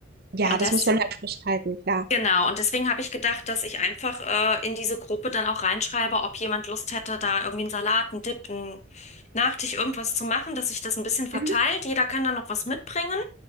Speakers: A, on the right (about 50°); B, on the left (about 35°).
A: Ja,
B: Und
A: das
B: das,
A: muss man halt frisch halten, klar.
B: genau, und deswegen habe ich gedacht, dass ich einfach äh, in diese Gruppe dann auch reinschreibe, ob jemand Lust hätte, da irgendwie einen Salat, einen Dip, einen Nachtisch, irgendwas zu machen, dass sich das ein bisschen verteilt.
A: Mhm.
B: Jeder kann dann noch was mitbringen.